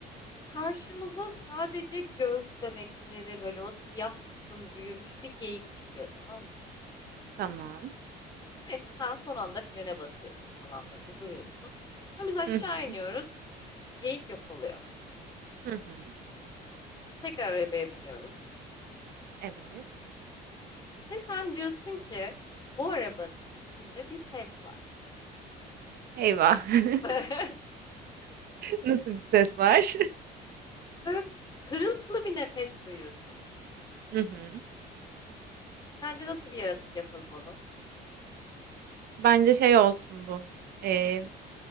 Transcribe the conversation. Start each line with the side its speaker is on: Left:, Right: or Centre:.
Left: karşımıza sadece göz bebekleri böyle o siyah kısım büyümüş bir geyik çıkıyor tamam mı?
Right: Tamam.
Left: Neyse sen son anda frene basıyorsun falan böyle duruyorsun. Ama biz aşağı
Right: Hı hı.
Left: iniyoruz geyik yok oluyor.
Right: Hı hı.
Left: Tekrar arabaya biniyoruz.
Right: Evet.
Left: Ve sen diyorsun ki bu arabanın içinde bir ses var.
Right: Eyvah. <laughs>
Left: <laughs>
Right: Nasıl bir ses var?
Left: Böyle hırıltılı bir nefes duyuyorsun.
Right: <laughs> Hı hı.
Left: Sence nasıl bir yaratık yapalım onu?
Right: Bence şey olsun bu. Ee,